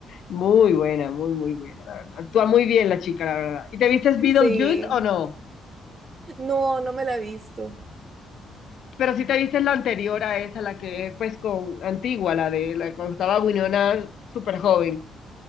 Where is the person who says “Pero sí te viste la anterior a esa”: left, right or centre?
Left